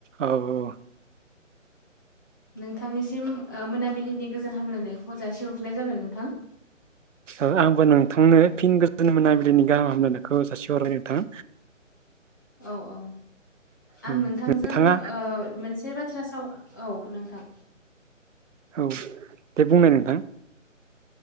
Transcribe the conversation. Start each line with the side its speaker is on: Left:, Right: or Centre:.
Right: औ औ।
Left: नोंथांनिसिम आ मोनाबिलिनि गोजोन हामलायनायखौ जासिहरग्रोनाय जाबाय नोंथां।
Right: ओ आंबो नोंथांनो फिन गोजोन मोनाबिलिनि गाहाम हामलायनायखौ जाासि हरबाय नोंथां।
Left: औ औ। आं
Right: औ
Left: नोंथांजों
Right: नोंथाङा औ
Left: ओ मोनसे बाथ्रा साव औ नोंथां।
Right: औ दे बुंनाय नोंथां।